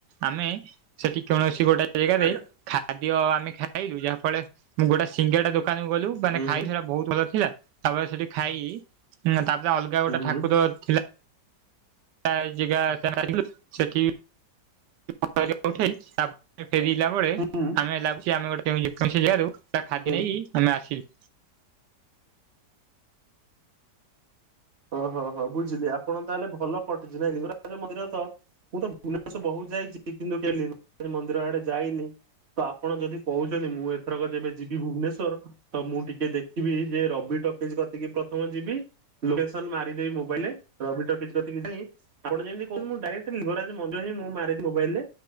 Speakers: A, on the right; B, on the right.
A: ଆମେ ସେଠି କୌଣସି ଗୋଟେ ଗୋଟେ ଜାଗାରେ
B: ଆଜ୍ଞା
A: ଖାଦ୍ୟ ଆମେ ଖାଇଲୁ। ଯାହା ଫଳରେ ଗୋଟେ ସିଙ୍ଗେଡା ଦୋକାନୁ ଗଲୁ। ମାନେ
B: ହୁଁ
A: ଖାଇ
B: ହୁଁ
A: ସେଇଟା ବହୁତ ଭଲ ଥିଲା। ତାପରେ ସେଠି ଖାଇ ତାପରେ ଅଲଗା ଗୋଟେ
B: ହୁଁ
A: ଠାକୁର ଥିଲା। ଥିଲା ଜାଗା <unintelligible> ଯାଇଥିଲୁ। ସେଠି ଫଟୋ ହରିକା ଉଠେଇ ତାପରେ ଫେରିଲା ବେଳେ
B: ହୁଁ
A: ଆମେ ଲାଗୁଛି ଆମେ ଗୋଟେ <unintelligible> ତା ଖାଦ୍ୟ
B: ହୁଁ
A: ନେଇକି ଆମେ ଆସିଲୁ।
B: ଓହୋ ହୋ ବୁଝିଲି ଆପଣ ତାହେଲେ ଭଲ କଟିଛି ନାଇଁ ଲିଙ୍ଗରାଜ ମନ୍ଦିର ତ ମୁଁ ତ ଭୁବନେଶ୍ୱର ବହୁତ ଯାଇଛି। କିନ୍ତୁ କ <unintelligible> ସେ ମନ୍ଦିର ଆଡେ ଯାଇନି ତ ଆପଣ ଯଦି କହୁଛନ୍ତି ମୁଁ ଏଥରକ ଯେବେ ଯିବି ଭୁବନେଶ୍ଵର ତ ମୁଁ ଟିକେ ଦେଖିବି ଯେ ରବି ଟକିସ୍ ସେଠି ପ୍ରଥମ ଯିବି। ଲୋକେସନ ମାରିଦେବି ମୋବାଇଲରେ ରବି ଟକିସ୍‌ କତିକି ଯାଇ ଆପଣ ଯେମିତି କ <unintelligible> ମୁଁ ଡାଇରେକ୍ଟ ଲିଙ୍ଗରାଜ ଯାଇ ମୁଁ ମାରିବି ମୋବାଇଲ ରେ